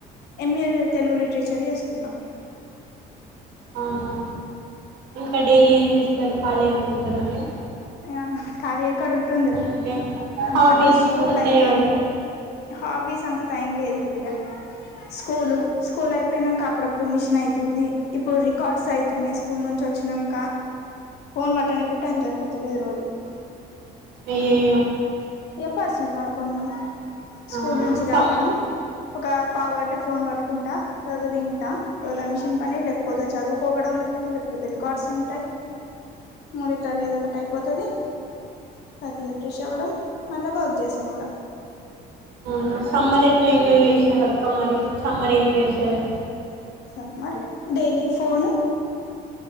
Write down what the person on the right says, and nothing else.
అవునా ఇంకా డైలీ ఏం చేస్తారు ఖాళీ ఏమ ఉంటారా మీరు
అంటే
హాబీస్
ఉంటాయి కదా
అయ్యయ్యో
ఆ
సమ్
అవునా సమ్మర్ ఎట్లా ఎంజాయ్ చేసారు అక్క మరి సమ్మర్ ఏం చేశారు